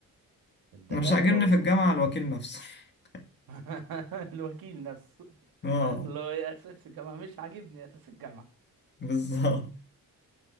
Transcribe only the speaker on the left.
أنا مش عاجبني
في الجامعة الوكيل نفسه <laughs>
اه
بالظبط